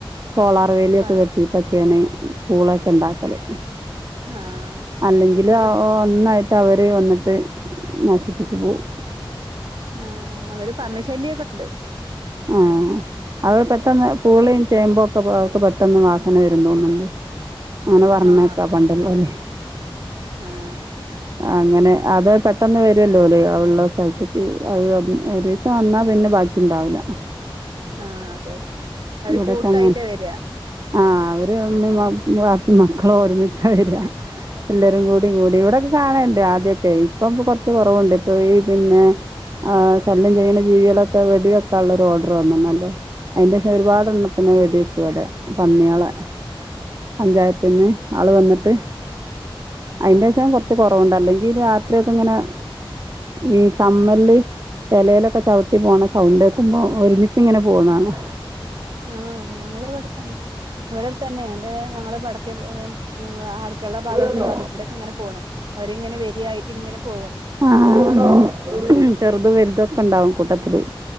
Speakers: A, on the right; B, on the right.
A: സോളാർ വേലിയൊക്കെ
B: പ
A: കെട്ടിയിട്ടൊക്കെണ് പൂളൊക്കെ ണ്ടാക്കല്
B: ആഹ്
A: അല്ലെങ്കിൽ
B: ഇവിടെ
A: ഒ ഒന്നായിട്ട് അവര് വന്നിട്ട് നശിപ്പിച്ച് പോവും
B: ആഹ് ഇവിടെ പന്നിശല്യൊക്കെണ്ട്
A: ഏഹ് അവ പെട്ടെന്ന് പൂളയും ചേമ്പോക്കെ പ അവക്ക് പെട്ടെന്ന് വ ങ്ങനെ വെരുംതോന്നും ലേ അങ്ങനെ പറഞ്ഞേക്കാ
B: ആഹ്
A: പണ്ടുള്ളോര്
B: ആഹ്
A: അങ്ങനെ അത് പെട്ടെന്ന് വരുല്ലോ ഓല് അവള്ള സ്ഥലത്ത്ക്ക് അ ഒരീസം വന്നാ പിന്നെ ബാക്കി ണ്ടാവൂല്ല
B: ആഹ് അതെ അതെ അവര്
A: ഇവിടക്കെങ്ങനെ
B: കൂട്ടായിട്ടാ വരിക
A: ആഹ് അവര് ഇമ്മിം വാ വാപ്പിം മക്കളും ഒര്മിച്ചാ വരാ എല്ലരും കൂടി കൂടി ഇവിടെക്കെ കാണേണ്ട് ആദ്യോക്കെ ഇപ്പൊംപ്പൊ കൊറച്ച് കുറവുണ്ട് ഇപ്പൊ ഈ പിന്നെ ആഹ് ശല്യം ചെയ്യുന്ന ജീവികളൊക്കെ വെടിവൊക്കാന്ള്ളൊരു ഓർഡർ വന്ന്ണല്ലോ ഒരുപാട്ണ്ണത്തിനെ വെടി വെച്ചു ഇവിടെ പന്നിയാളെ പഞ്ചായത്തിന്ന് ആള് വന്നിട്ട് അയിന്റെഷം
B: ആഹ്
A: കൊറച്ച് കൊറവുണ്ട് അല്ലെങ്കിൽ രാത്രിയൊക്കെ ഇങ്ങനെ ഈ ചമ്മൽല് ചെലെലൊക്കെ ചവിട്ടി പോണ സൗണ്ട്ക്കുമ്പോ ഒരുമിച്ച് ഇങ്ങനെ പോവ്ണാണ
B: ആഹ് ഞങ്ങളെ വീട് വടേതെന്നെ ഇവിടടുത്തന്നെ എന്റെ ഞങ്ങള് വടക്കേ ഏഹ് ആ ക്കളെ ഭാഗത്ക്ക്
A: പോയിരുന്നോ
B: അതുകൂടെക്കെങ്ങനെ പോണം അവരിങ്ങനെ വരിയായിട്ട് ഇങ്ങനെ പോവാ
A: അഹ് ആഹ് ചെറുതും വലുതൊക്കെ ണ്ടാവും കൂട്ടത്തില്